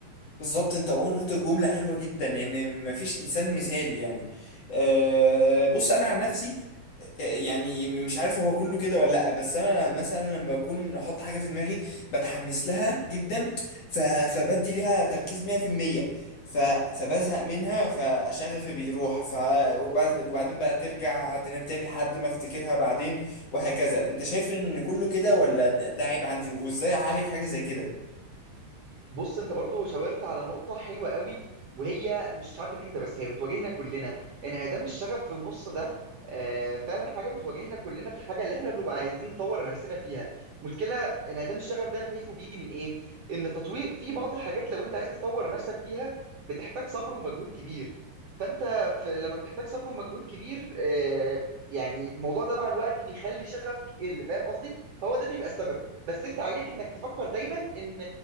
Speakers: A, on the left (about 55°); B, on the right (about 65°).
A: بالظبط انت قلت جملة حلوة جدا يعني مفيش انسان مثالي يعني أه بص انا عن نفسي آه، يعني مش عارف هو كله كده ولا لا بس انا مثلا لما بكون احط حاجة في دماغي بتحمس لها جدا ف... فبدي ليها تركيز 100% ف... فبزهق منها فشغفي بيروح ف... وبعد... وبعدين بقى ترجع تنام تاني لحد ما افتكرها بعدين وهكذا انت شايف ان كله كده ولا ده عيب عندي وازاي اعالج حاجة زي كده
B: بص انت برضو شاورت على نقطة حلوة قوي وهي مش عندك انت بس هي بتواجهنا كلنا انعدام الشغف في النص ده آه، فعلا حاجة بتواجهنا كلنا في الحاجة اللي احنا بنبقى عايزين نطور نفسنا فيها مشكلة انعدام الشغف ده انا شايفه بيجي من ايه ان تطوير في بعض الحاجات لو انت عايز تطور نفسك فيها بتحتاج صبر ومجهود كبير فانت في لما بتحتاج صبر ومجهود كبير آه، يعني الموضوع ده مع الوقت بيخلي شغفك يقل فاهم قصدي فهو ده بيبقى السبب بس انت عليك انك تفكر دايما ان